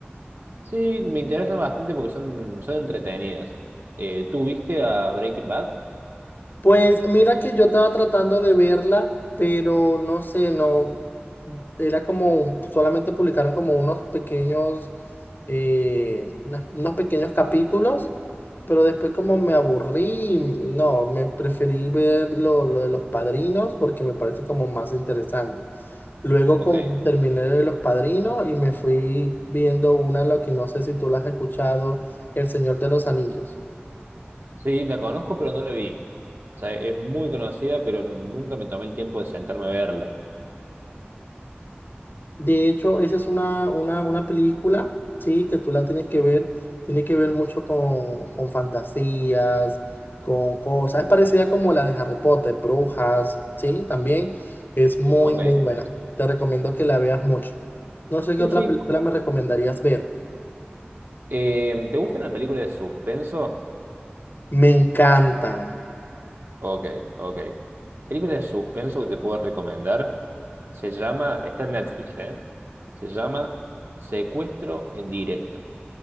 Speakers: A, on the right; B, on the left.
A: Sí, me interesan bastante porque son, son entretenidas. Eh, ¿tú viste a Breaking Bad?
B: Pues mira que yo estaba tratando de verla, pero no sé, no, era como, solamente publicaron como unos pequeños, eh, unas- unos pequeños capítulos, pero después como me aburrí, y no, me preferí ver lo, lo de los padrinos porque me parece como más interesante. Luego
A: Ok.
B: con, terminé de los padrinos y me fui viendo una, lo que no sé si tú la has escuchado, El Señor de los Anillos.
A: Sí, la conozco, pero no la vi. O sea, es muy conocida, pero nunca me tomé el tiempo de sentarme a verla.
B: De hecho, esa es una, una, una película, sí, que tú la tienes que ver, tiene que ver mucho con, con fantasías, con cosas, es parecida como la de Harry Potter, Brujas, sí, también es muy,
A: Ok.
B: muy buena. Te recomiendo que la veas mucho. No sé qué
A: Sí,
B: otra
A: sí.
B: película me recomendarías ver.
A: Eh, ¿te gustan las películas de suspenso?
B: Me encantan,
A: Ok, ok. Película de suspenso que te puedo recomendar se llama, está en Netflix, ¿eh? Se llama Secuestro en directo.